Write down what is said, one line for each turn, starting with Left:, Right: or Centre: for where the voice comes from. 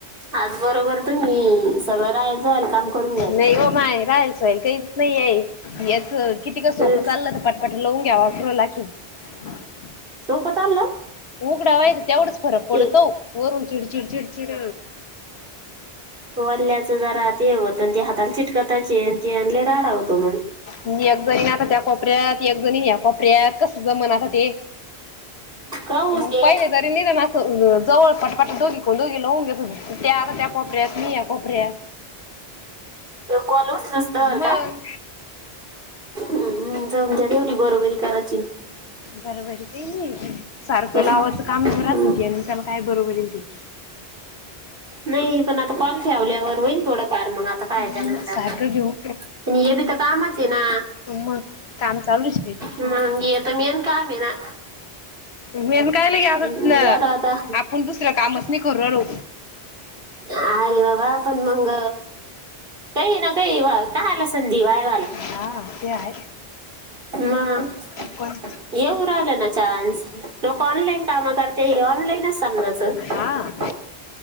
Right: आज बरोबर तुम्ही ह सगळं राहेल सेल काम करून घ्या
Left: नाही
Right: त्या
Left: हो माय राहाल सय काहीच नाही याच किती का सोपं
Right: हं.
Left: चाललं तर पटपाट लावून घ्याव पुढ <unintelligible>
Right: सोप चाललं
Left: उघडावा ये तर तेवढच फरक पडतो
Right: ते
Left: वरून चिडचिडचिडचिड
Right: वल्ल्याच जरा ते होतन आणि ते हाताला चिटकताच ये ते ते लई राडा होतो मग.
Left: मी एक जाईण आता त्या कोपऱ्यात एक जणी या कोपऱ्यात कस जमान आता ते
Right: काऊन
Left: मग
Right: ते
Left: पहिले तरी निघणं नामा जवळ पटपाट दोघी दोघी लावून घेतो त्या आता त्या कोपऱ्यात मी या कोपऱ्यात
Right: कॉल उचलस तवर
Left: मग
Right: का हम् जाऊनद्या तेवढी बरोबरी कराय
Left: बरोबर का नाही सारखं
Right: पण हम्म.
Left: लावाचं काम राहतन ते त्याला काय बरोबर येईन ती
Right: नाही पण आता कॉल ठेवल्यावर होईन थोडा फार मग आता काय
Left: नाही
Right: त्याला
Left: ना
Right: इलाज
Left: सारखं
Right: नाही
Left: घेऊ
Right: आणि हे बी तर कामच हे ना
Left: मग काम चालूच ये
Right: मंग हे तर मेन काम ये ना
Left: मेन कायला <unintelligible>
Right: हम्म, झालं आता
Left: आपण दुसर्या कामच नाही करु रायलो
Right: अरे बाबा पण मग काही ना काही कायला संधी वाय
Left: हा ते आहे
Right: म
Left: कोण
Right: येऊ राहिलं ना चान्स लोक ऑनलाईन काम करते हे ऑनलाईनच समजायचं
Left: हा